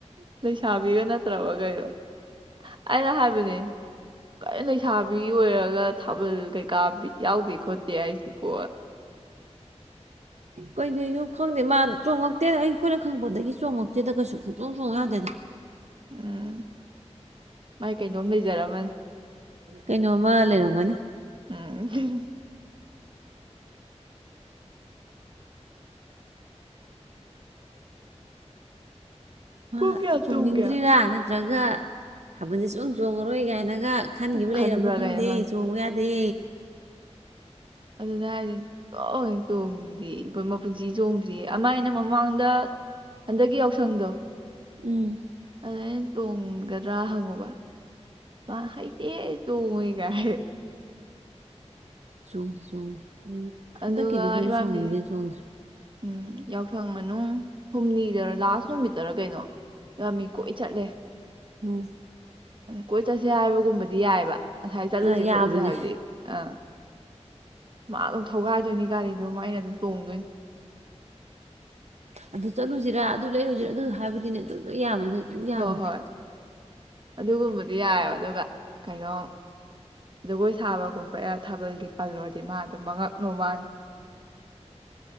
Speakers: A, on the right; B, on the right.
A: ꯂꯩꯁꯥꯕꯤꯒ ꯅꯠꯇ꯭ꯔꯕ ꯀꯩꯅꯣ ꯑꯩꯅ ꯍꯥꯏꯕꯅꯦ ꯀ ꯂꯩꯁꯥꯕꯤ ꯑꯣꯏꯔꯒ ꯊꯥꯕꯜ ꯀꯩꯀꯥ ꯌꯥꯎꯗꯦ ꯈꯣꯠꯇꯦ ꯍꯥꯏꯁꯤ ꯀꯣ
B: ꯀꯩꯗꯩꯅꯣ ꯈꯪꯗꯦ ꯃꯥ ꯆꯣꯡꯉꯛꯇꯦꯗ ꯑꯩꯈꯣꯏꯅ ꯈꯪꯉꯛꯄꯗꯒꯤ ꯆꯣꯡꯉꯛꯇꯦꯗ ꯀꯩꯁꯨꯨ ꯁꯨꯛꯆꯣꯡ ꯆꯣꯡ ꯌꯥꯗꯦꯗ
A: ꯎꯝ ꯃꯥꯏ ꯀꯩ ꯑꯗꯨꯝ ꯂꯩꯖꯔꯝꯃꯅꯤ
B: ꯀꯩꯅꯣꯝꯃ ꯂꯩꯔꯝꯒꯅꯤ
A: ꯎꯝ <inaudible>
B: ꯃꯥ
A: ꯄꯨꯡ ꯀꯌꯥ
B: ꯆꯣꯡꯅꯤꯡꯗ꯭ꯔꯤꯔ
A: ꯇꯨꯝꯒꯦ
B: ꯅ ꯇꯪꯒ ꯊꯥꯕꯜꯁꯦ ꯁꯨꯛꯆꯣꯡ ꯆꯣꯡꯉꯔꯣꯏ ꯀꯥꯏꯅꯒ ꯈꯟꯈꯤꯕ
A: ꯈꯟꯕ꯭ꯔꯥ
B: ꯂꯩꯔꯕ ꯈꯪꯗꯦ
A: ꯀꯩꯅꯣ
B: ꯆꯣꯡꯉꯨ ꯌꯥꯗꯦ
A: ꯑꯗꯨꯅꯦ ꯍꯥꯏꯖꯦ ꯁꯨꯆꯣꯡ ꯍꯦꯛ ꯆꯣꯡꯗꯦ ꯌꯦ ꯃꯄꯨꯟꯁꯤ ꯆꯣꯡꯗ꯭ꯔꯤꯌꯦ ꯑꯃ ꯑꯩꯅ ꯃꯃꯥꯡꯗ ꯍꯟꯗꯛꯀꯤ ꯌꯥꯎꯁꯪꯗꯣ
B: ꯎꯝ
A: ꯑꯗ ꯑꯩꯅ ꯆꯣꯡꯒꯗ꯭ꯔꯥ ꯍꯪꯉꯨꯕ ꯃꯥ ꯍꯩꯇꯦ ꯆꯣꯡꯉꯣꯏꯒ ꯍꯥꯏꯔꯛ ꯑꯦ
B: ꯆꯣꯡꯗꯦ ꯆꯣꯡꯗꯦ ꯑꯩ
A: ꯑꯗꯨꯒ
B: ꯍꯟꯗꯛꯀꯤꯗꯤ ꯑꯩꯈꯣꯏꯁꯨ
A: ꯏꯕꯥꯕꯤ
B: ꯆꯣꯡꯅꯤꯡꯗꯦꯅ ꯆꯣꯡꯗ꯭ꯔꯦ
A: ꯎꯝ ꯌꯥꯎꯁꯪ ꯃꯅꯨꯡ ꯍꯨꯝꯅꯤꯗꯔꯥ ꯂꯥꯁ ꯅꯨꯃꯤꯠꯇꯔ ꯀꯩꯅꯣ ꯝꯝ ꯃꯤ ꯀꯣꯏ ꯆꯠꯂꯦ
B: ꯎꯝ
A: ꯀꯣꯏ ꯆꯠꯁꯦ ꯍꯥꯏꯕꯒꯨꯝꯕꯗꯤ ꯌꯥꯏꯕ ꯑꯁꯥꯏ ꯆꯠꯂꯨꯁꯤ
B: ꯑ ꯌꯥꯕꯅꯦ
A: ꯈꯣꯠꯂꯨꯁꯦ ꯍꯥꯏꯕꯗꯤ ꯑ ꯃꯥ ꯑꯗꯨꯝ ꯊꯧꯒꯥꯏꯗꯣꯏꯅꯤ ꯒꯥꯔꯤꯗꯨꯃ ꯑꯩꯅ ꯑꯗꯨꯝ ꯇꯣꯡꯗꯣꯏꯅꯤ
B: ꯑꯗꯨ ꯆꯠꯂꯨꯖꯤꯔꯥ ꯑꯗꯨ ꯂꯩꯔꯨꯖꯤꯔꯥ ꯑꯗꯨ ꯍꯥꯏꯕꯗꯤꯅꯦ ꯑꯗꯨꯝ ꯂꯣꯏ ꯌꯥꯕꯅꯦ ꯎꯝ ꯌꯥꯕꯅꯦ
A: ꯍꯣꯏ ꯍꯣꯏ ꯑꯗꯨꯒꯨꯝꯕꯗꯤ ꯌꯥꯏꯑꯕ ꯑꯗꯨꯒ ꯀꯩꯅꯣ ꯖꯒꯣꯏ ꯁꯥꯕꯒꯨꯝꯕ ꯊꯥꯕꯜꯒꯤ ꯄꯜꯂꯨꯔꯗꯤ ꯃꯥ ꯑꯗꯨ ꯃꯉꯛ ꯅꯣꯝꯃꯛ ꯑꯅꯤ